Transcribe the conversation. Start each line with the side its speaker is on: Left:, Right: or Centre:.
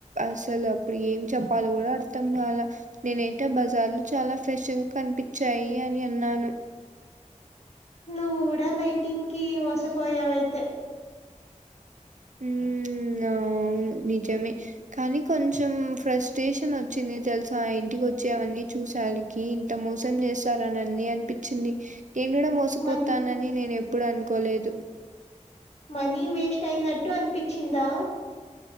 Right: అసలు అప్పుడు ఏం చెప్పాల గూడా అర్థం గాలే నేనైతే బజార్లు చాలా ఫ్రెష్గా కనిపించాయి అని అన్నాను
Left: ఆ నువ్వు గూడా లైటింగ్ కి మోసపోయావయితే
Right: హూ అవును నిజమే కానీ కొంచెం ఫ్రస్ట్రేషన్ వచ్చింది తెలుసా ఇంటికి వచ్చి అవన్నీ చూసాలి ఇంత మోసం చేస్తార అని అన్ని అనిపించింది నేను గూడా మోసం
Left: మన్
Right: మోసపోతానని నేను ఎప్పుడు అనుకోలేదు
Left: మనీ వేస్ట్ అయినట్టు అనిపించిందా